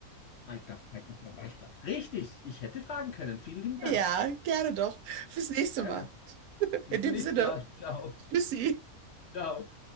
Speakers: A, on the left; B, on the right.
A: Alter Falter Verwalter. Richtig, ich hätte fragen können. Vielen lieben Dank.
B: Ja, gerne doch. Fürs nächste
A: Gerne.
B: Mal.
A: Bis
B: In
A: zum
B: dem
A: nächsten
B: Sinne,
A: Mal. Ciao.
B: tschüssi.
A: Ciao.